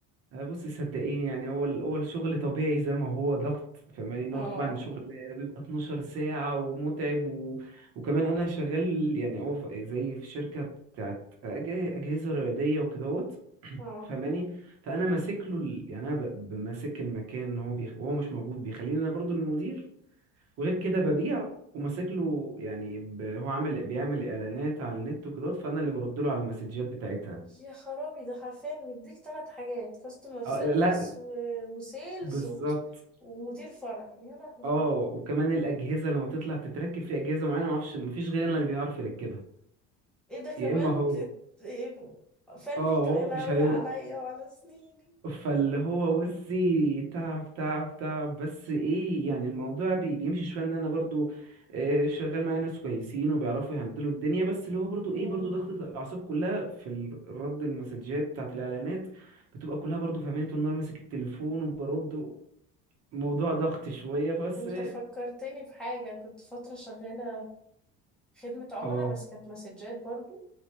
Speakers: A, on the right; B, in the centre.
A: آه، بصي صدقيني يعني هو ال- هو الشغل طبيعي زي ما هو ضغط فاهماني ان
B: اه
A: هو طبعا الشغل بيبقى 12 ساعة ومتعب و... وكمان انا شغال يعني هو في- زي في شركة بتاعت أج- أجهزة رياضية وكدهوت <clears throat>
B: اه
A: فاهماني فانا ماسك له ال... يعني انا ب... ب- ماسك المكان هو بيخ... وهو مش موجود بيخليني انا برضو المدير وغير كده ببيع وماسك له يعني ب... هو عامل بيعمل اعلانات على النت وكدهوت فانا اللي برد له على المسجات بتاعتها
B: يا خرابي ده حرفيا مديك ثلاث حاجات كاستمر سيرفيس
A: اه لا
B: و... وسيلز
A: بالظبط
B: و... ومدير فرع يا لهوي
A: اه وكمان الاجهزه لما بتطلع تتركب في اجهزه معينه ما اعرفش ما فيش غيرنا اللي بيعرف يركبها
B: ايه ده كمان
A: يا اما هو
B: ت... ت... إيه؟ فني
A: اه هو
B: ك- يا لهوي
A: مش هيروح
B: عليا وعلى سنيني
A: فاللي هو بصي تعب تعب تعب بس ايه يعني الموضوع بي بيمشي شويه ان انا برضو آه، شغال معايا ناس كويسين وبيعرفوا يهندلوا الدنيا بس اللي هو برضو ايه
B: مم.
A: برضو ضغطة الاعصاب كلها في ال- رد المسجات بتاعت الاعلانات بتبقى كلها برضو فاهماني طول النهار ماسك التليفون وبرد موضوع ضغط شويه فبس
B: انت فكرتني بحاجة كنت فترة شغالة خدمة عملاء
A: اه
B: بس كانت مسجات برضو